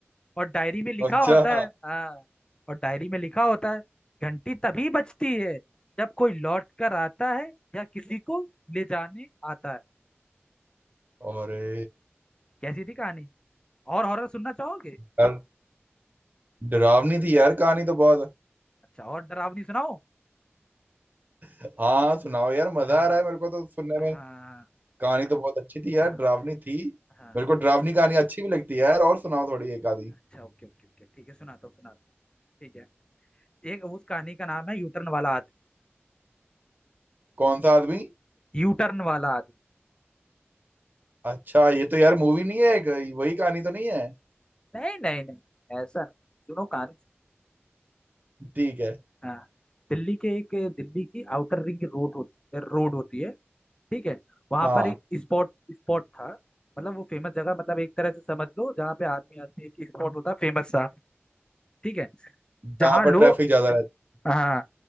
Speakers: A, on the left; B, on the right.
A: और डायरी में लिखा
B: अच्छा
A: होता है हाँ और डायरी में लिखा होता है घंटी तभी बजती है जब कोई लौट कर आता है या किसी को ले जाने आता है
B: अरे
A: कैसी थी कहानी और हॉरर सुनना चाहोगे
B: यार डरावनी थी यार कहानी तो बहुत
A: अच्छा और डरावनी सुनाओ
B: हाँ हाँ सुनाओ यार मजा
A: हाँ
B: आ रहा है मेरे को तो सुनने में
A: हाँ
B: कहानी तो बहुत अच्छी थी यार
A: हाँ
B: डरावनी थी
A: हाँ
B: मेरे को डरावनी कहानी अच्छी भी लगती है यार और सुनाओ थोड़ी एक आधी
A: अच्छा ओके ओके ओके ठीक है सुनाता हूँ सुनाता हूँ ठीक है एक उस कहानी का नाम है यूटर्न वाला आदमी
B: कौन सा आदमी
A: यूटर्न वाला आदमी
B: अच्छा ये तो यार मूवी नहीं है एक वही कहानी तो नहीं है
A: नहीं नहीं नहीं ऐसा नहीं सुनो कहानी
B: ठीक है
A: हाँ दिल्ली के एक दिल्ली की आउटर रिंग रोड होती रोड होती है ठीक है वहां
B: हाँ
A: पर एक स्पॉट स्पॉट था मतलब वो फेमस जगह मतलब एक तरह से समझ लो जहाँ पे आदमी आदमी एक स्पॉट होता फेमस सा ठीक है
B: जहाँ
A: जहाँ
B: पर
A: लोग
B: ट्रैफिक ज्यादा रहता
A: हाँ